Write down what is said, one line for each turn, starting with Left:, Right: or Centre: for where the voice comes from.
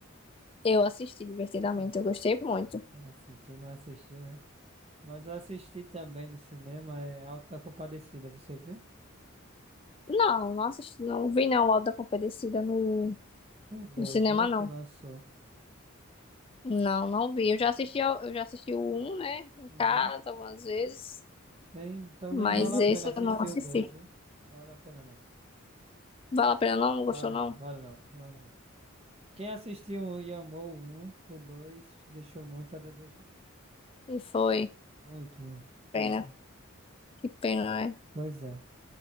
Left: Eu assisti divertidamente,
Right: Ah,
Left: eu gostei muito.
Right: assim, quem não assistiu, né? Mas eu assisti também no cinema, é Auto da Compadecida, você viu?
Left: Não, não assisti, não vi não o Auto da Compadecida no,
Right: O 2
Left: no cinema,
Right: né?
Left: não.
Right: Que lançou.
Left: Não, não vi. Eu já assisti, ao- eu já assisti o um né? No
Right: Uhum.
Left: caso, algumas vezes.
Right: Nem, então
Left: Mas
Right: nem vale a
Left: esse
Right: pena assistir
Left: eu não assisti.
Right: o 2 viu? Vale a pena não.
Left: Vale a pena não? Não
Right: Vale
Left: gostou não?
Right: não, vale não, vale não. Quem assistiu um e amou o 1, o 2 deixou muito a desejar.
Left: E foi.
Right: Muito, muito.
Left: Pena. Que pena, né?
Right: Pois é.